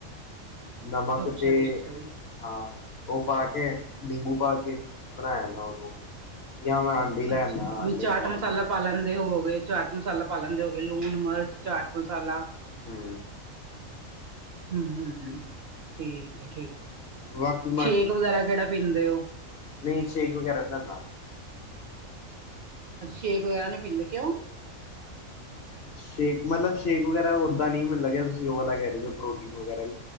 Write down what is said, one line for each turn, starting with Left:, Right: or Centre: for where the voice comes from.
Left: ਨਮਕ
Right: ਅੱਛਾ
Left: ਤੇ
Right: ਜੀ ਅੱਛਾ ਜੀ
Left: ਹਾਂ ਓ ਪਾ ਕੇ, ਨਿੰਬੂ ਪਾ ਕੇ ਬਣਾਇਦਾ ਓਨੂੰ ਯਾਂ ਮੈਂ ਆਂਡੇ ਲੈ
Right: ਅੱਛਾ
Left: ਆਣਾ ਆਂਡੇ
Right: ਵੀ ਚਾਟ
Left: ਖਾ ਲੈਣਾ
Right: ਮਸਾਲਾ ਪਾ ਲੈਂਦੇ ਹੋਵੋਗੇ ਚਾਟ ਮਸਾਲਾ ਪਾ ਲੈਂਦੇ ਹੋਗੇ ਲੂਣ, ਮਿਰਚ, ਚਾਟ-ਮਸਾਲਾ
Left: ਹੂੰ।
Right: ਹੂੰ-ਹੂੰ ਠੀਕ ਐ ਠੀਕ,
Left: ਬਾਕੀ
Right: ਸ਼ੇਕ ਵਗੈਰਾ ਕੇੜਾ ਪੀਂਦੇ ਓ
Left: ਨਈ ਸ਼ੇਕ ਵਗੈਰਾ <unintelligible>
Right: ਅੱਛ, ਸ਼ੇਕ ਵਗੈਰਾ ਨੀ ਪੀਂਦੇ ਕਿਉਂ?
Left: ਸ਼ੇਕ ਮਤਲਬ ਸ਼ੇਕ ਵਗੈਰਾ ਓਦਾਂ ਨੀ। ਮੈਨੂੰ ਲੱਗਿਆ ਤੁਸੀਂ ਓ ਵਾਲਾ ਕੈ ਰਏ ਓ ਜੋ ਪ੍ਰੋਟੀਨ ਵਗੈਰਾ